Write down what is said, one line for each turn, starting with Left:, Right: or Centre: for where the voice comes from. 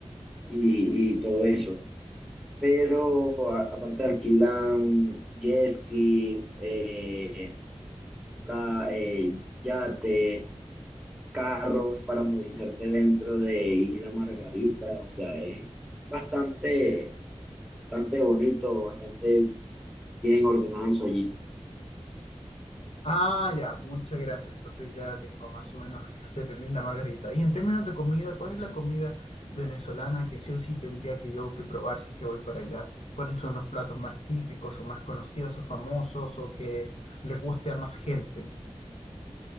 Centre: y y todo eso pero a- aparte alquilan jet ski, eh, ca- eh, yate, carros para movilizarte dentro de Isla Margarita, o sea, es bastante, bastante bonito, bastante bien ordenado eso allí.
Left: Ah, ya, muchas gracias. Entonces ya tengo más o menos que hacer en Isla Margarita. Y en términos de comida, ¿cuál es la comida venezolana que sí o sí tendría que yo que probar si es que voy para allá? ¿Cuáles son los platos más típicos o más conocidos o famosos o que le guste a más gente?